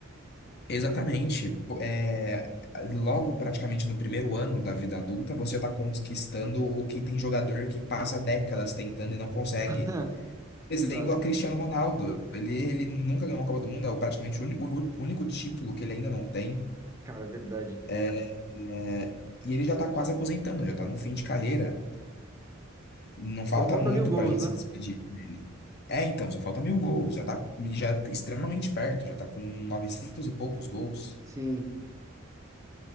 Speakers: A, on the left; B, on the right.
A: Exatamente. Pô, É, logo, praticamente no primeiro ano da vida adulta, você já está conquistando o que tem jogador que passa décadas tentando e não consegue.
B: <laughs>
A: Exemplo
B: Exato.
A: a Cristiano Ronaldo. Ele, ele nunca ganhou uma Copa do Mundo, é o praticamente o único, o único título que ele ainda não tem.
B: Cara, verdade, velho.
A: É, é, e ele já tá quase aposentando, já tá no fim de carreira. Não
B: Só
A: falta
B: falta
A: muito
B: mil gols,
A: pra gente
B: né?
A: se despedir dele. É, então, já falta mil gols, já tá já tá extremamente perto, já tá com 900 e poucos gols.
B: Sim,